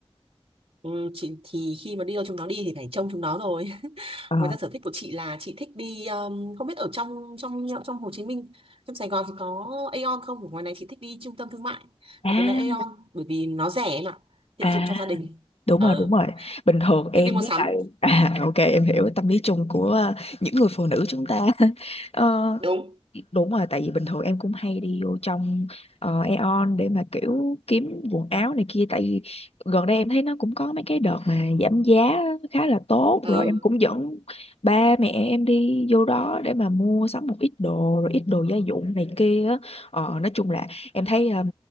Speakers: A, on the right; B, on the left.
A: Ừ, chị thì khi mà đi đâu chúng nó đi thì phải trông chúng nó rồi <laughs>
B: Ờ.
A: ngoài ra sở thích của chị là chị thích đi um, không biết ở trong trong trong Hồ Chí Minh trong Sài Gòn thì có Aeon không ở ngoài này chị thích đi trung tâm thương mại
B: À,
A: đặc biệt là Aeon bởi vì nó rẻ em ạ tiện
B: à
A: dụng cho gia đình
B: đúng
A: ờ
B: rồi đúng rồi bình thường em
A: thích đi mua
B: với
A: sắm
B: lại à ok em hiểu tâm lý chung của ờ, những người phụ nữ chúng ta <laughs> Ờ,
A: đúng
B: Đúng rồi, tại vì bình thường em cũng hay đi vô trong ờ, Aeon để mà kiểu kiếm quần áo này kia tại vì gần đây em thấy nó cũng có mấy cái đợt mà giảm giá khá là tốt
A: ừ
B: rồi em cũng dẫn ba mẹ em đi vô đó để mà mua sắm một ít đồ rồi ít đồ gia dụng này kia á. Ờ, nói chung là em thấy um,